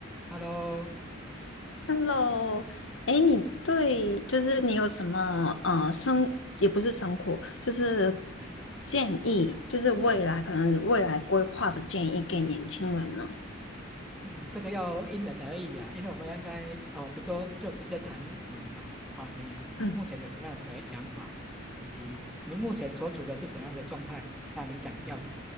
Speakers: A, in the centre; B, on the left.
A: Hello，
B: Hello，哎，你对就是你有什么呃生也不是生活，就是
A: 对
B: 建议，就是未来可能未来规划的建议给年轻人呢？
A: 对，嗯，这个要因人而异啊，因为我们应该哦，比如说就直接谈你嘛，好、你目前有什么样的所想法，
B: 嗯，
A: 以及你目前所处的是怎样的状态，那你想要